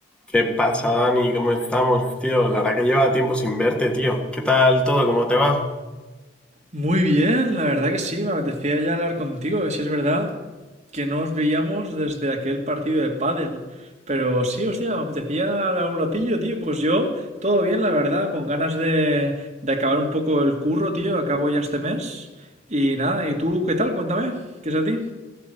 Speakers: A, in the centre; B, on the right (about 40°).
A: ¿Qué pasa, Dani? ¿Cómo estamos, tío? La verdad que lleva tiempo sin verte, tío. ¿Qué tal todo? ¿Cómo te va?
B: Muy bien, la verdad que sí, me apetecía ya hablar contigo. Si es verdad que no os veíamos desde aquel partido de pádel, pero sí, hostia, me apetecía hablar un ratillo, tío. Pues yo, todo bien, la verdad, con ganas de, de acabar un poco el curro, tío. Acabo ya este mes. Y nada, ¿y tú qué tal? Cuéntame, ¿qué es a ti?